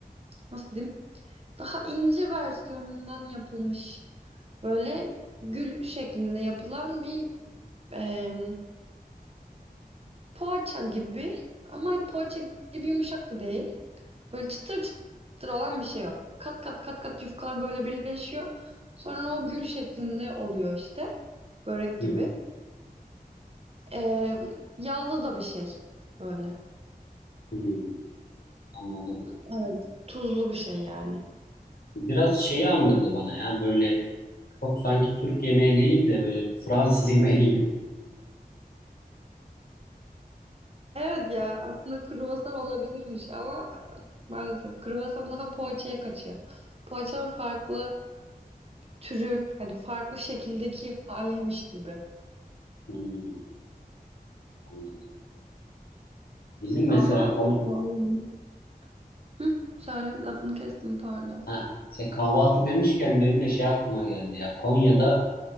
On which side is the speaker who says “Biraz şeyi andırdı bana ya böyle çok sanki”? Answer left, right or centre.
Left